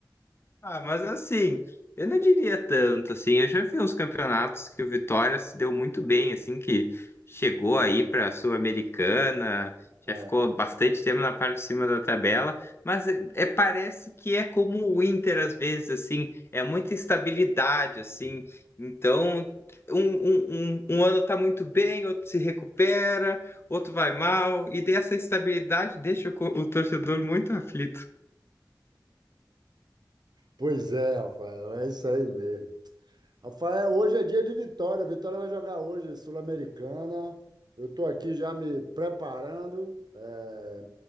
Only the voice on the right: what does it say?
É.
Pois é, Rafael, é isso aí mesmo. Rafael, hoje é dia de Vitória. Vitória vai jogar hoje, Sul-Americana. Eu estou aqui já me preparando, é,